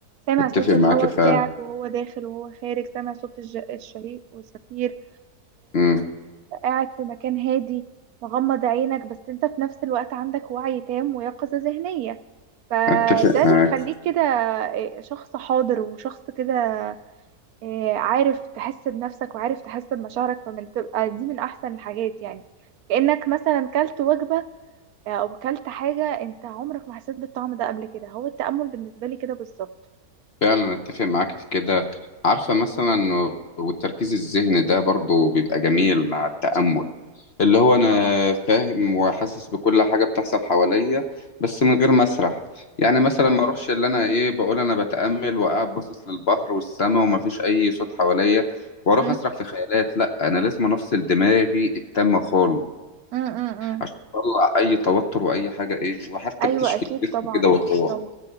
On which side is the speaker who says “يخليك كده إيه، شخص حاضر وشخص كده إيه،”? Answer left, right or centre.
Right